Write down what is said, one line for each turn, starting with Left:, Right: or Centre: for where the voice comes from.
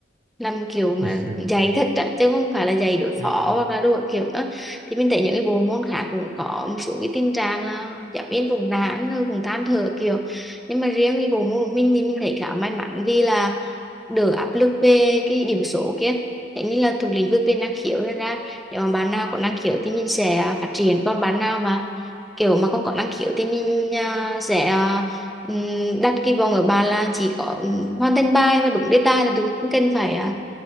Centre: làm kiểu mà
Right: <laughs> ừ
Centre: dạy thật á, chứ không phải là dạy đối
Right: ừ
Centre: phó hoặc là đồ kiểu nữa thì mình thấy những cái bộ môn khác cũng có một số cái tình trạng là giáo viên cũng nản rồi cũng than thở kiểu nhưng mà riêng cái bộ môn của mình thì mình thấy khá may mắn vì là đỡ áp lực về cái điểm số kia thế nên là thuộc lĩnh vực về năng khiếu nên ra nếu mà bạn nào có năng khiếu thì mình sẽ à, phát triển còn bạn nào mà kiểu mà không có năng khiếu thì mình à, sẽ à, ừm, đặt kỳ vọng ở bạn là chỉ có ừm, hoàn thành bài và đúng đề tài là được không cần phải à,